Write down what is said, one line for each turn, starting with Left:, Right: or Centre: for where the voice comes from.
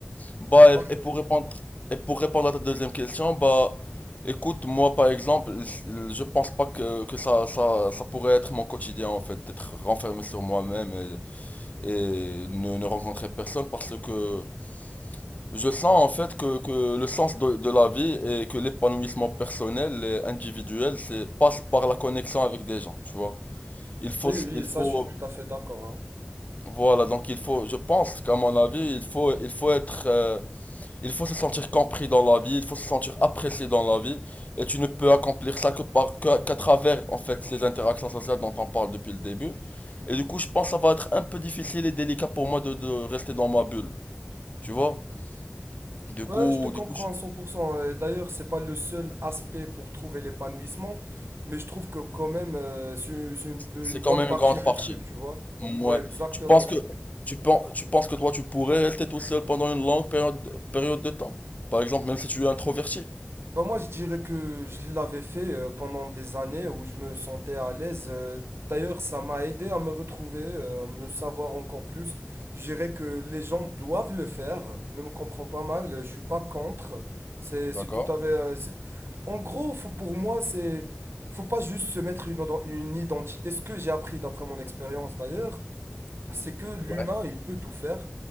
Left: Bah,
Right: Exactement.
Left: et, et pour répondre, et pour répondre à ta deuxième question, bah, écoute, moi par exemple, je pense pas que, que ça, ça, ça pourrait être mon quotidien en fait, d'être renfermé sur moi-même et, et ne, ne rencontrer personne parce que je sens en fait que, que le sens de, de la vie et que l'épanouissement personnel et individuel, c'est passe par la connexion avec des gens, tu vois. Il faut,
Right: Oui,
Left: s-
Right: oui,
Left: il
Right: ça
Left: faut,
Right: je suis tout à fait d'accord, hein.
Left: voilà, donc il faut, je pense qu'à mon avis, il faut, il faut être, euh, il faut se sentir compris dans la vie, il faut se sentir apprécié dans la vie, et tu ne peux accomplir ça que par, que- qu'à travers en fait ces interactions sociales dont on parle depuis le début. Et du coup, je pense que ça va être un peu difficile et délicat pour moi de, de rester dans ma bulle, tu vois. Du coup,
Right: Ouais, je te comprends
Left: du coup, je-
Right: à 100%. Euh, D'ailleurs, c'est pas le seul aspect pour trouver l'épanouissement, mais je trouve que quand même, euh, c'est c'est une, une
Left: C'est
Right: bonne
Left: quand même
Right: partie
Left: une grande
Right: du
Left: partie.
Right: truc, tu vois.
Left: Ouais.
Right: Ouais, exactement.
Left: Tu penses que
Right: hein.
Left: tu penses, tu penses que toi tu pourrais rester tout seul pendant une longue période, période de temps. Par exemple, même si tu es introverti.
Right: Bah moi, je dirais que je l'avais fait euh, pendant des années où je me sentais à l'aise. Euh, D'ailleurs, ça m'a aidé à me retrouver, euh, à me savoir encore plus. Je dirais que les gens doivent le faire. Ne me comprends pas mal, euh, je suis pas contre. C'est
Left: D'accord.
Right: c'est tout à fait... euh, c'est- En gros, faut- pour moi, c'est... Faut pas juste se mettre une, oden- une identité. Ce que j'ai appris d'après mon expérience d'ailleurs, c'est que l'humain,
Left: Ouais.
Right: il peut tout faire.